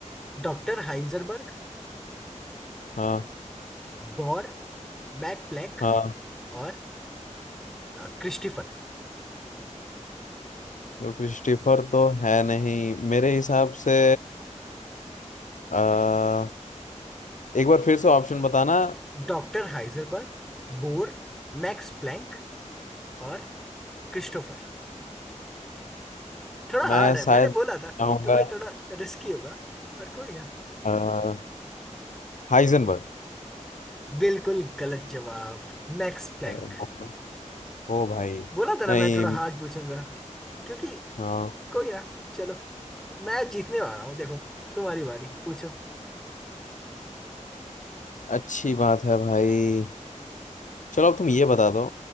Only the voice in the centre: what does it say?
doctor Heisenberg
Bohr Max Planck
और अ, Christopher
Doctor Heisenberg Bohr Max Planck और क्रिस्टोफर थोड़ा
हार्ड है
मैंने बोला था
तुम्हें थोड़ा रिस्की होगा पर कोई ना
बिल्कुल गलत जवाब मैक्स प्लैंक
बोला था ना
मैं थोड़ा हार्ड पूछूंगा क्योंकि
कोई ना चलो मैं जीतने वाला हूँ देखो तुम्हारी बारी पूछो